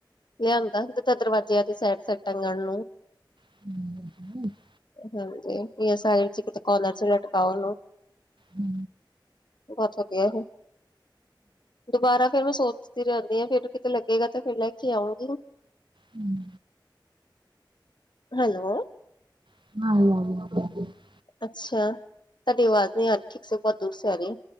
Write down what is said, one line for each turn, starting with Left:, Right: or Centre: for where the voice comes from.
Left: ਲਿਆਂਦਾ <unintelligible> ਦਰਵਾਜ਼ਿਆਂ ਦੇ ਸਾਈਡ-ਸਾਈਡ ਟੰਗਣ ਨੂੰ।
Right: <unintelligible>
Left: ਹਾਂਜੀ, ਸਾਈਡ ਚ ਕਿਤੇ ਕੋਰਨਰ ਚ ਲਟਕਾਉਣ ਉਹਨੂੰ।
Right: ਹੂੰ।
Left: <unintelligible> ਦੁਬਾਰਾ ਫੇਰ ਮੈਂ ਸੋਚਦੀ ਰਹਿੰਦੀ ਆਂ ਫੇਰ ਕਿਤੇ ਲੱਗੇਗਾ ਤੇ ਫੇਰ ਲੈ ਕੇ ਆਉਂਗੀ।
Right: ਹੂੰ।
Left: ਹੈਲੋ।
Right: <unintelligible>
Left: ਅੱਛਾ, ਤੁਹਾਡੀ ਆਵਾਜ਼ ਨਹੀਂ ਆ ਰੀ ਠੀਕ ਸੇ ਬੋਤ ਦੂਰ ਸੇ ਆ ਰੀ ਐ।